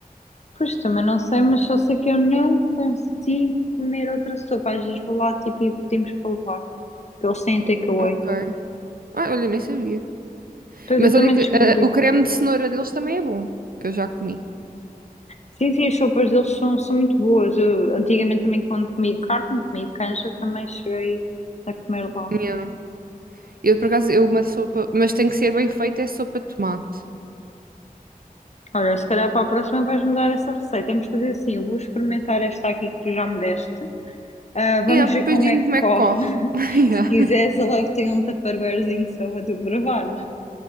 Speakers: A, on the left; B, on the right.
A: Pois também não sei, mas só sei que eu não consigo comer outra sopa. Às vezes vou lá tipo, e pedimos para levar. porque Eles têm takeaway.
B: Ok. Ah, olha, nem sabia.
A: Pois
B: Mas
A: eu também
B: olha que
A: descobri.
B: ah, o creme de cenoura deles também é bom, que eu já comi.
A: Sim, sim, as sopas deles são, são muito boas. Eu, antigamente também quando comia carne, comia canja, também cheguei a comer lá.
B: Yeah. Eu por acaso, eu uma sopa, mas tem que ser bem feita, é sopa de tomate.
A: Olha, se calhar para a próxima vais-me dar essa receita. Vamos fazer assim, eu vou experimentar esta aqui que tu já me deste. Ah, vamos
B: Yeah,
A: ver
B: depois
A: como
B: diz-me
A: é que
B: como
A: corre.
B: é que corre.
A: <laughs>
B: <laughs> Yeah.
A: Se quiseres, eu levo-te aí um tupperwarezinho só para tu provares.